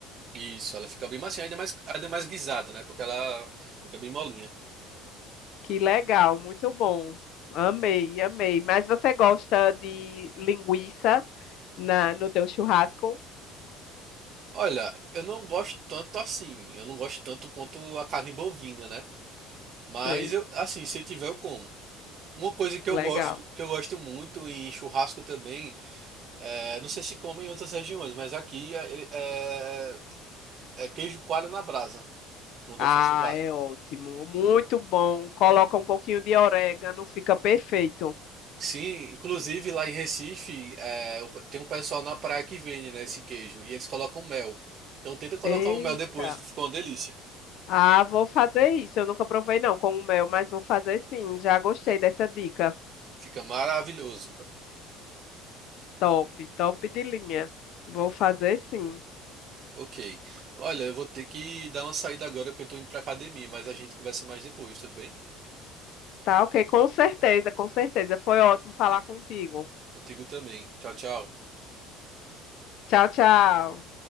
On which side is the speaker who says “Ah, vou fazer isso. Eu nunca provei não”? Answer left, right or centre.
Left